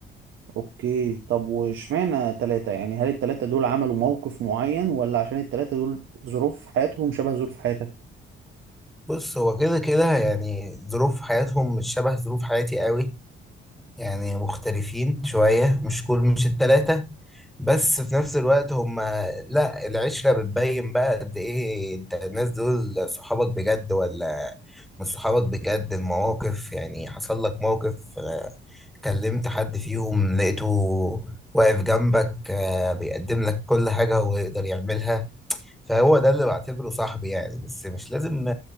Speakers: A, on the right; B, in the centre.
A: اوكي طب واشمعنى ثلاثة يعني هل الثلاثة دول عملوا موقف معين ولا عشان الثلاثة دول ظروف حياتهم شبه ظروف حياتك
B: بص هو كده كده يعني ظروف حياتهم مش شبه ظروف حياتي قوي يعني مختلفين شوية مش كل مش التلاتة بس في نفس الوقت هما لا العشرة بتبين بقى قد ايه انت الناس دول صحابك بجد ولا مش صحابك بجد المواقف يعني حصل لك موقف آه، كلمت حد فيهم لقيته واقف جنبك آه، بيقدم لك كل حاجة هو يقدر يعملها فهو ده اللي بعتبره صاحبي يعني بس مش لازم